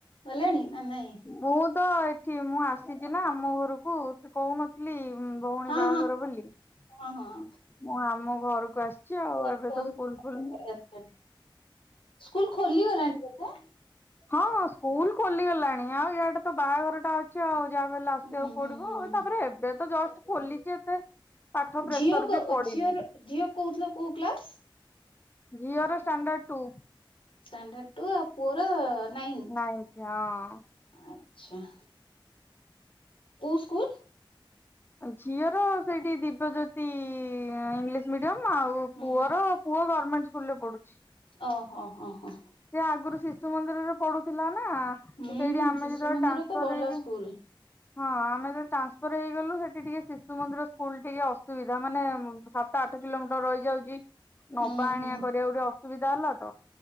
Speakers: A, on the left; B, on the left.
A: ଗଲେଣି, ନା ନାଇଁ?
B: ମୁଁ ତ ଏଠି ମୁଁ ଆସିଛି ନା ଆମ ଘରକୁ, ସେ କହୁନଥିଲି ଉଁ ଭଉଣୀ
A: ହଁ
B: ବାହାଘର
A: ହଁ
B: ବୋଲି।
A: ହଁ ହଁ
B: ମୁଁ ଆମ ଘରକୁ ଆସିଛି ଆଉ,
A: ଛୁଆ
B: ଏବେ
A: ବି ସବୁ
B: ତ ସ୍କୁଲ
A: ସମସ୍ତେ
B: ଖୋଲିନି।
A: ପଳେଇ ଆସିଛନ୍ତି। ସ୍କୁଲ ଖୋଲି ଗଲାଣି ବୋଧେ!
B: ହଁଁ ହଁ ସ୍କୁଲ ଖୋଲି ଗଲାଣି ଆଉ ଇଆଡେ ତ ବାହାଘରଟା ଅଛି ଆଉ। ଯାହା ବଲେ ଆସିବାକୁ
A: ହୁଁ ହୁଁ
B: ପଡିବ, ଆଉ ତାପରେ ଏବେ ତ ଜଷ୍ଟ ଖୋଲିଛି ଏତେ ପାଠ ପ୍ରେସର
A: ଝିଅ କୁ
B: ବି ପଡିନି
A: ଝିଅ ର ଝିଅ କୁ କହୁଥିଲ କୋଉ କ୍ଲାସ?
B: ଝିଅ ର ଷ୍ଟାଣ୍ଡାଡ୍ ଟୁ।
A: ଷ୍ଟାଣ୍ଡାଡ୍ ଠୁ ଆଉ ପୁଅ ର ନାଇନଥ।
B: ନାଇଁଥ ହଁ।
A: ଆଛା। କୋଉ ସ୍କୁଲ?
B: ଝିଅର ସେଇଠି ଦିବ୍ୟଜ୍ୟୋତି ଇଂଲିଶ ମିଡିୟମ। ଆଉ
A: ହୁଁ
B: ପୁଅର ପୁଅ ଗଭର୍ନମେଣ୍ଟ ସ୍କୁଲ ରେ ପଢୁଛି।
A: ଅ ହଁ ହଁ ହଁ।
B: ସେ ଆଗରୁ ଶିଶୁ ମନ୍ଦିରରେ ପଢୁଥିଲା ନା। ନା ସେଇଠି
A: ହୁଁ
B: ଆମେ
A: ଶିଶୁ
B: ଯେତେବେଳେ
A: ମନ୍ଦିର
B: ଟ୍ରାନ୍ସଫର
A: ତ ଭଲ
B: ହେଇକି
A: ସ୍କୁଲ।
B: ହଁ ଆମେ ଯେତେବଳେ ଟ୍ରାନ୍ସଫର ହେଇଗଲୁ ସେଠି ଟିକେ ଶିଶୁ ମନ୍ଦିର ସ୍କୁଲ ଟିକେ ଅସୁବିଧା, ମାନେ ସାତ ଆଠ କିଲୋମିଟର ରହିଯାଉଛି। ନବା
A: ହୁଁ
B: ଆଣିବା
A: ହୁଁ
B: କରିବାକୁ ଟିକେ ଅସୁବିଧା ହେଲା ତ,